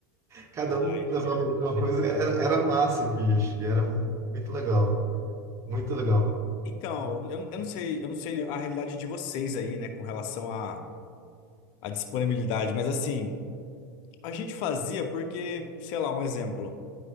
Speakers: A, on the right; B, on the left.
A: Cada
B: Ah,
A: um
B: entendo.
A: levava alguma coisa. Era, era massa, bicho. Era muito legal. Muito legal.
B: Então, eu, eu não sei, eu não sei a realidade de vocês aí, né, com relação à, à disponibilidade, mas assim, a gente fazia porque, sei lá, um exemplo,